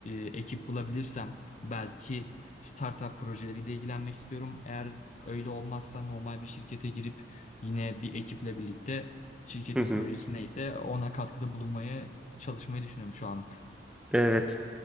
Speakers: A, on the left; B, in the centre.
A: e, ekip bulabilirsem belki startup projeleriyle ilgilenmek istiyorum. Eğer öyle olmazsa normal bir şirkete girip yine bir ekiple birlikte şirketin
B: hı hı.
A: projesi neyse ona katkıda bulunmaya çalışmayı düşünüyorum şu anlık.
B: Evet.